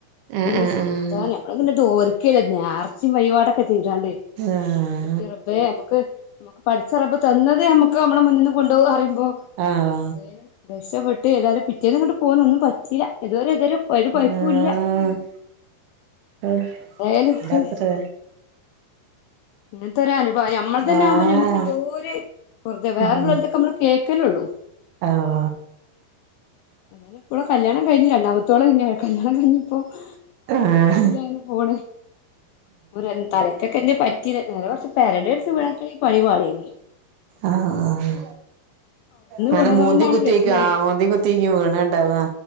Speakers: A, on the left; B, on the right.
A: അത്
B: ആഹ്
A: വല്യേ
B: ആഹ്
A: സമാ ധാനം നമ്മള്ങ്ങനെ തോർക്കല്ലെ നേർച്ചിം വഴിപാടൊക്കെ ചെയ്താണ്ട്
B: ആഹ്
A: ന്റെ റബ്ബെ. നമ്മക്ക് പടച്ച റബ്ബ് തന്നത് നമ്മക്ക് ഞമ്മടെ മുന്നിന്ന് കൊണ്ടോവാറയിമ്പോ
B: ആഹ്
A: <unintelligible> രക്ഷപ്പെട്ട് ഏതാലും പിറ്റേന്ന്ങ്ങട് പോന്നൊന്നും പറ്റീല. ഇതുവരെഎതേലും ഒരു കൊയപ്പൂല്ല.
B: ആഹ് ഓഹ്
A: ഏതായാലും.
B: വല്ലാത്തൊരു
A: ഏഹ് ഇങ്ങനത്തൊരനുഭവം. ഞമ്മളതന്നാവുമ്പോ
B: ആഹ്
A: ഞമ്മക്ക് എന്തോര് പൊർത്യേട്. വേറെള്ളൊര്തൊക്കെമ്മള്
B: ഉം
A: കേക്കലൊള്ളൂ.
B: ആഹ്.
A: എതായിലുപ്പ ഓളെ കല്യാണം കയിഞ്ഞ്. രണ്ടാമത്തോള് <unintelligible> കല്യാണം കയിഞ്ഞ് ഇപ്പോ
B: ആഹ്
A: ഒരു കൊയപ്പല്ലാങ്ങനെ പോണ്. ഇവര തലക്കക്കെന്നെ പറ്റിത്. നേരെമറിച്ച് പെരടി അടിച്ച് വീണക്കെങ്കി പണി പാള്യേന്ന്.
B: ആഹ് ആഹ് അങ്ങനെ
A: വീണത്
B: മൂന്തേം
A: കൊണ്ടാണ്
B: കുത്ത്യയേക്ക്.
A: ബെസ്സിലായത്
B: ആഹ് മൂന്തേം കു ത്തേക്കും വീണ് ണ്ടാവാ